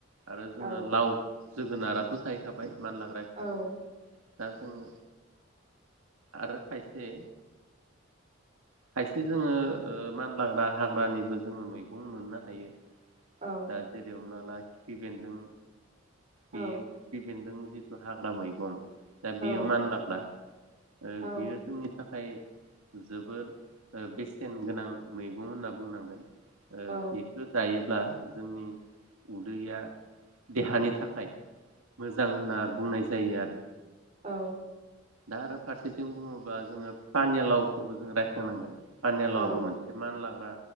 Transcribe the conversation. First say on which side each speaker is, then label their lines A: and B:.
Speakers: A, on the right (about 80°); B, on the right (about 30°).
A: आरो जोङो
B: औ
A: लाव जोगोनाराथ' थाहैखाबाय मानलाग्रा हिसाबै
B: औ
A: दा जोङो आरो खायसे खायसे जोङो ओ मानलाग्रा हाग्रानिबो जोङो मैग बुं मोननो हायो
B: औ
A: दा जेरै हमना ला खिफिबेन्दों खिफिबेन्दों।
B: औ
A: जिथु हाग्रा मैगं दा बियो
B: औ
A: मानलाग्रा ओ
B: औ
A: बेयो जोंनि थाखा य जोबोद बेसेन गोनां मैगं होनना बुंनांगोन।
B: औ
A: बेखौ जायो ब्ला जोंनि उदैया देहानि थाखाय मोजां होनना बुंनाय जायो आरो।
B: औ।।
A: दा आरो फारसेथिं बुङोबा जोङो पानेलावखौबो जों रायखोनांगोन पानेलावबो
B: औ
A: मोनसे मान लाग्रा